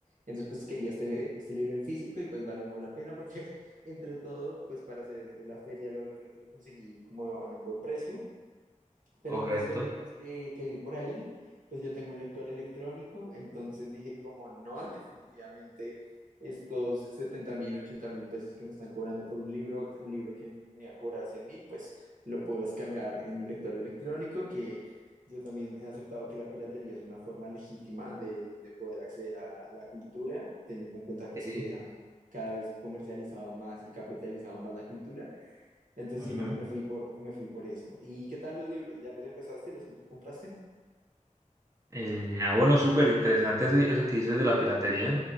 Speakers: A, on the right (about 80°); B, on the right (about 25°).
A: Entonces pues quería este, este libro en físico y pues valió la pena porque <laughs> entre todo pues para hacer la feria lo, creo que lo conseguí como en un buen precio. Pero
B: correcto.
A: el resto de libros que, que vi por ahí, pues yo tengo un lector electrónico, entonces dije como no, <laughs> definitivamente estos setenta mil, ochenta mil pesos que me están cobrando por un libro, un libro que me va a cobrar cien mil, pues lo puedo descargar en mi lector electrónico, que yo también he aceptado que la piratería es una forma legítima de, de poder acceder a la cultura, teniendo en cuenta pues
B: Sí.
A: que han cada vez comercializado más y capitalizado más la cultura. Entonces
B: ujú.
A: sí, me, me fui por, me fui por eso. ¿Y qué tal los libros? ¿Ya los empezaste, los que tú compraste?
B: Eh, ah, bueno, súper interesante ese- eso que dices de la piratería,